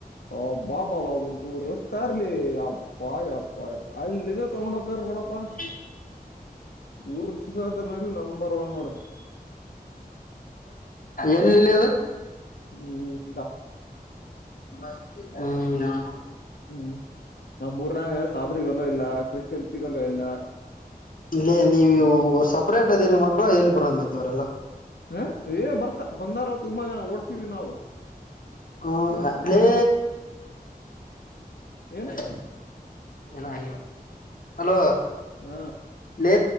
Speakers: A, on the left; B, on the left.
A: ಅಬ್ಬಬ್ಬಾ ಒ ರಸ್ತ ಅರ್ಲಿ ಅಪ್ಪಾ ಅಪ್ಪಾ ಅಲ್ಲಿಂದ ತಗೊಂಡ್ ಹೋಗ್ತಾರ್ ನೋಡು. ವಸ್ <inaudible>
B: <inaudible>
A: ಉರ್ಸೋದ್ರಲ್ಲಿ ನಂಬರ್ ಒನ್ ನೋಡ
B: ಎಲ್ಲಿ ಲೆ ಅದ
A: ಹ್ಮು
B: ಹ್ಮ <inaudible>
A: ಹ್ಮ್ ನಮ್ ಮೂರ್ನಾಗ ಸಾಬ್ರಿ ಹೊಲ ಇಲ್ಲ ಕ್ರಿಶ್ಯನ್ ಹಲೋ ಇಲ್ಲ
B: ಇಲ್ಲೇ ನೀವು ಸಪ್ರೇಟ್ ಅದೀರಿ ಮಕ್ಕಳ ಎಲ್ಲಿ ಬರಂದಿ ಮತ್ತ ಅವರೆಲ್ಲ
A: ಹ ಏ ಬರ್ತ ಬಂದಾರ ತುಮ್ಮ ಓಡಿಸಿವಿ ನಾವು
B: ಹ್ಮ ಲೇು
A: ಏನ
B: <inaudible> ಏನ ಆಗಿಲ್ಲ ಹಲೋ
A: ಹ
B: ಲೇ